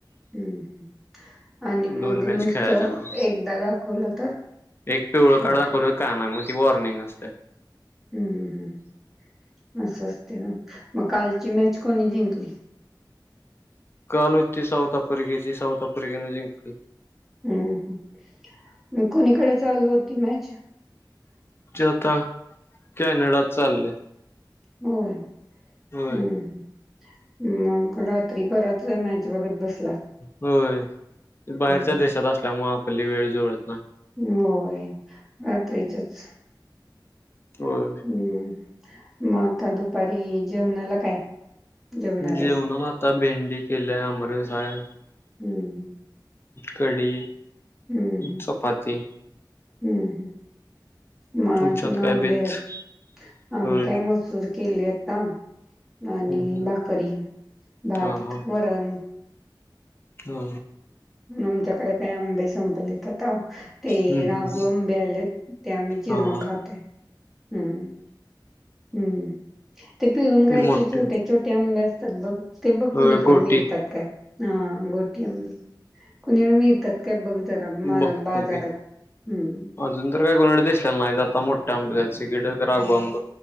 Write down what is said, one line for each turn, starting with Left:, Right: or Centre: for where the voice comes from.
Centre: हम्म ह आणि मग
Left: दोन मॅच
Centre: नुसतं
Left: खेळायच्या नाही
Centre: एकदा दाखवलं तर?
Left: एक पिवळं
Centre: हं,
Left: कार्ड दाखवल तर काय नाय मग ती वॉर्निंग असते.
Centre: हम्मम् हम् अस असते मग कालची मॅच कोणी जिंकली?
Left: काल होती साऊथ आफ्रिकेची साऊथ आफ्रिकेने जिंकली.
Centre: हम्म म कोणीकडे चालु होती मॅच?
Left: जे आता कॅनडात चालले.
Centre: होय हम्म
Left: होय
Centre: मग रात्री बराच वेळ मॅच बघत बस
Left: होय ते बाहेरच्या
Centre: हं.
Left: देशात असल्यामुळे आपली वेळ जुळत नाय.
Centre: होय रात्रीचच
Left: होय.
Centre: हम्म. मग आता दुपारी जेवणाला काय? जेवणार
Left: जेवन
Centre: आहेस?
Left: आता भेंडी केल्या, आमरस हाय.
Centre: हम्म
Left: कडी,
Centre: हम्म
Left: चपाती
Centre: हम्म हम् मग आजून
Left: तुमच्यात काय
Centre: आंबे
Left: बेत
Centre: आहेत? आम्ही
Left: होय.
Centre: काय मसूर केली आता. आणि
Left: हम्म हम्म
Centre: भाकरी, भात,
Left: हा हा
Centre: वरण
Left: हा
Centre: आमच्याकडे काय अंआंबे संबलितता ते
Left: हम्म हम्म
Centre: राघु आंबे आलेत ते आम्ही चिरून
Left: हा हा
Centre: खातोय. हम्म हम्म ते पिऊन खायचे
Left: मोठे
Centre: छोटे छोटे आंबे असतात, बघ ते बघ
Left: होय
Centre: कुणीकडं
Left: गोटी
Centre: मिळतात काय हा गोटी आंबे कुणीकडे मिळतात काय? ते बघं जरा
Left: बघतो
Centre: बाजारात
Left: की
Centre: हम्म
Left: अजून तर काय कोणाकडे दिसलेले नाय आता मोठे आंब द्यायचे राघू आंब